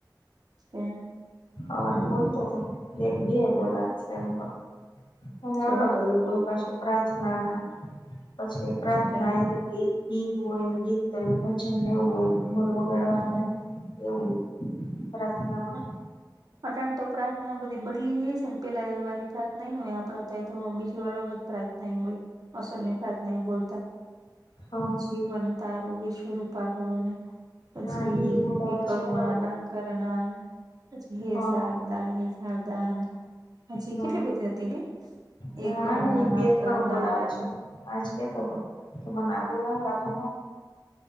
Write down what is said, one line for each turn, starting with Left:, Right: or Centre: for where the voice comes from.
Right: ઓ
Left: હવારે બોલતો તો એક બીએ છે એમાં અને
Right: છે
Left: અલગ અલગ કોઈ પાછું પ્રાર્થનાના પછી પ્રાર્થના
Right: છે
Left: એ ગીત હોય ને ગીતને ભજન એવું હોય ને ઢોલ વગાડવાનું
Right: છે
Left: એવું પ્રાર્થનામા
Right: <inaudible> ના બધી બદલી ગઈ છે ને પેલા એ વારી પ્રાર્થનાને હોય આપડ તો તો બીજું અલગ જ પ્રાર્થના હોય અસલ ની પ્રાર્થના એ બોલતા
Left: હા.
Right: જીવન તારું વિશ્વરૂૂપારું પછી
Left: હા બોલાવે
Right: એ કરુણા
Left: છે અલગ અલગ
Right: ના કરના પછી હે
Left: હા
Right: સરારદા હે સરારદા હજી
Left: હા
Right: કેટલી બધી હતી ને
Left: હા
Right: એ કરુણા
Left: ને એ
Right: ના
Left: બે ત્રણ
Right: કરનારા
Left: બોલાવે છે આજ કેતો હતો કે મન આબોલાવ આબુલાવ